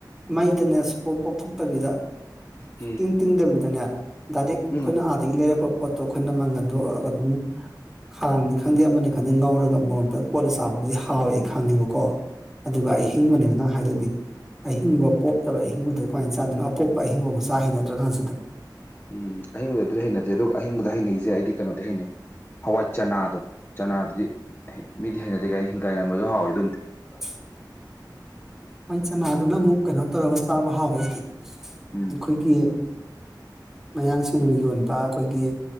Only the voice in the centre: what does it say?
ꯃꯩꯗꯅꯦ ꯁꯨꯄꯣꯞ ꯄꯣꯞꯊꯣꯛꯇꯕꯤꯗ ꯁꯨꯛꯇꯤꯡ
ꯇꯤꯡꯗꯕꯤꯗꯅꯦ ꯗꯥꯏꯔꯦꯛ
ꯑꯈꯣꯏꯅ ꯑꯥꯗꯒꯤ ꯂꯩꯔꯛꯄ ꯄꯣꯠꯇꯣ ꯑꯈꯣꯏꯅ ꯃꯪꯒꯟ
ꯑꯗꯨꯝ ꯈꯥꯡꯅꯤ ꯈꯪꯗꯦ ꯑꯃꯅꯤ ꯈꯪꯗꯦ ꯉꯧꯔꯒ ꯃꯣꯔꯣꯛ ꯃꯦꯠꯄ ꯀꯣꯠꯂ ꯆ ꯇꯥꯕꯨꯗꯤ ꯍꯥꯎꯋꯦ ꯈꯪꯉꯦꯕꯀꯣ ꯑꯗꯨꯒ
ꯑꯍꯤꯡꯕꯅꯦꯕ ꯅ ꯍꯥꯏꯗꯨꯗꯤ ꯑꯍꯤꯡꯕ ꯄꯣꯞꯇꯕ
ꯑꯍꯤꯡꯕꯗꯨ ꯀꯃꯥꯏꯟ ꯆꯥꯗꯣꯏꯅꯣ ꯑꯄꯣꯞꯄ ꯑꯍꯤꯡꯕꯧ ꯆꯥ ꯍꯩꯅꯗ꯭ꯔ ꯀꯥꯟꯖꯤꯗ
<inaudible> ꯍꯣꯏ ꯆꯅꯥꯗꯨꯅ ꯑꯃꯨꯛ ꯀꯅꯣ ꯇꯧꯔꯒ ꯆꯥꯕ ꯍꯥꯎꯋꯦ ꯑꯩꯗꯤ
ꯑꯩꯈꯣꯏꯒꯤ ꯃꯌꯥꯡꯁꯤꯡꯅ ꯌꯣꯟꯕ ꯑꯈꯣꯏꯒꯤ